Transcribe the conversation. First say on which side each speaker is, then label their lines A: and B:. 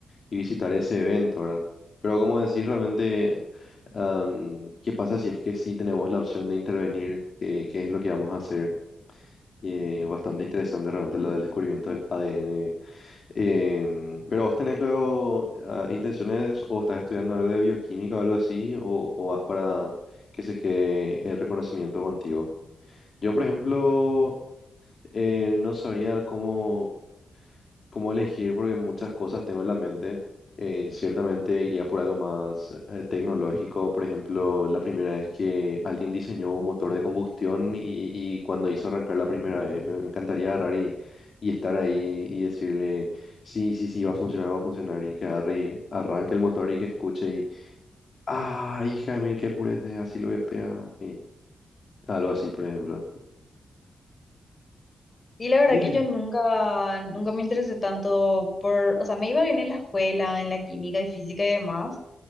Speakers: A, on the left; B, on the left.
A: y visitar ese evento, ¿verdad? Pero como decís, realmente, am, ¿qué pasa si es que sí tenemos la opción de intervenir? ¿Qué, qué es lo que vamos a hacer? Y, eh, bastante interesante realmente lo del descubrimiento del ADN Em, pero vos tenés luego ah, intenciones o estás estudiando algo de bioquímica o algo así, o, o vas para que se quede el reconocimiento contigo. Yo, por ejemplo, eh, no sabría cómo cómo elegir porque muchas cosas tengo en la mente. Eh, ciertamente iría por algo más eh, tecnológico. Por ejemplo, la primera vez que alguien diseñó un motor de combustión y, y cuando hizo arrancar la primera vez, me, me encantaría agarrar y, y estar ahí y decirle, sí, sí, sí, va a funcionar, va a funcionar y que agarre y arranque el motor y que escuche y, ah, hija de mil, qué purete, así lo que pega. Y algo así, por ejemplo.
B: Y la verdad
A: <laughs>
B: que yo nunca, nunca me interesé tanto por, o sea, me iba bien en la escuela, en la química y física y demás,